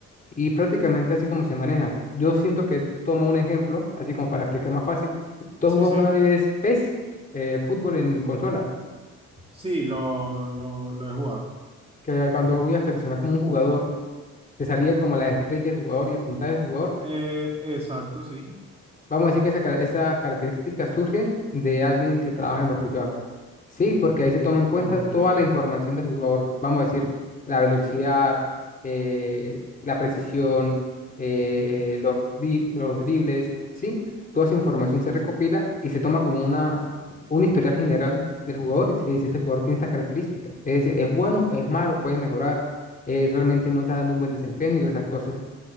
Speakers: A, on the left (about 25°); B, on the right (about 20°).
A: y prácticamente así como se maneja. Yo siento que tomo un ejemplo, así como para explicar más fácil. Tú
B: Sí,
A: has jugado
B: sí.
A: una vez PES, eh, fútbol en consola.
B: Sí, lo, lo, lo he jugado.
A: que cuando voy a seleccionar como un jugador, te salía como la estrella, del jugador y el puntaje del jugador.
B: Eh, exacto, sí.
A: Vamos a decir que esa car- esas características surgen de alguien que trabaja en lo que yo hago. Sí, porque ahí se toma en cuenta
B: Ok,
A: toda la información del jugador. Vamos a decir, la
B: ok,
A: velocidad, eh, la precisión, eh,
B: sí,
A: los, dri- los dribles, sí. Toda esa información
B: sí,
A: se recopila
B: sí.
A: y se toma como una, un historial general del jugador y se dice, este jugador tiene estas características. Es decir, es bueno, es malo, puede mejorar, eh, realmente no está dando un buen desempeño y todas esas cosas.